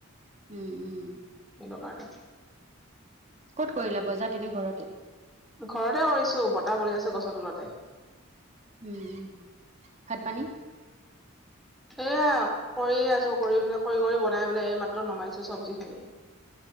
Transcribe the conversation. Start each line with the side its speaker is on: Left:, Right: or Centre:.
Right: উম উম,
Centre: এই কাৰেনে
Right: ক'ত কৰিল বজা এনে ঘৰতে
Centre: ঘৰতে কৰিছো বতাহ বলি আছে গছৰ তলতে
Right: উম উম ভাত পানী
Centre: এইয়া কৰিয়ে আছো কৰি পেললে কৰি কৰি বনাই পেললে এই মাত্ৰ নমাইছো চব্জি খিনি